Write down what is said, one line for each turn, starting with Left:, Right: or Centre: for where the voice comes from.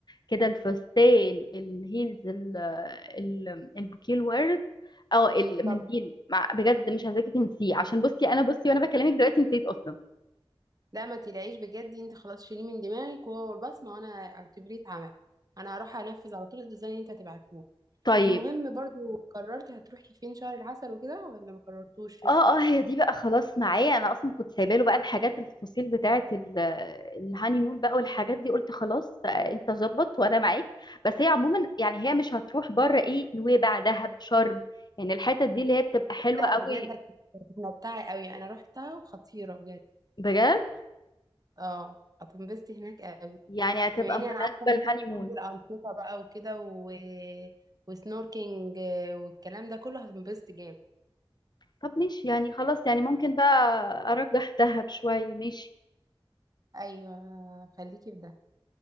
Left: كده الفستان الهيلز ال- ال- البوكيه الورد او المنديل
Right: طب
Left: مع بجد مش عايزاكي تنسيه عشان بصي انا بصي وانا بكلمك دلوقتي نسيت اصلا
Right: لا ما تقلقيش بجد انت خلاص شيليه من دماغك وهو البصمة وانا اعتبريه اتعمل انا هروح انفذ على طول الديزاين اللي انت هتبعتهولي
Left: طيب
Right: المهم برضه قررت هتروحي فين شهر العسل وكده ولا ما قررتوش لسه
Left: اه اه هي دي بقى خلاص معايا انا اصلا كنت سايبه له بقى الحاجات التفاصيل بتاعه ال- الهانيمون بقى والحاجات دي قلت خلاص آه، انت ظبط وانا معاك بس هي عموما يعني هي مش هتروح بره ايه نويبع دهب شرم يعني الحتت دي اللي هي بتبقى حلوه
Right: ده
Left: قوي
Right: بجد هتتمتعي قوي انا روحتها وخطيرة بجد
Left: بجد
Right: اه هتنبسطي هناك قوي
Left: يعني هتبقى
Right: بما اني
Left: مناسبه
Right: انا عارفة ان
Left: للهانيمون
Right: انت بتحبي الأنشطة بقى وكده و... وسنوركينج والكلام ده كله هتنبسطي جامد
Left: طب ماشي يعني خلاص يعني ممكن بقى ارجح دهب شوية ماشي
Right: ايوه خليكي في ده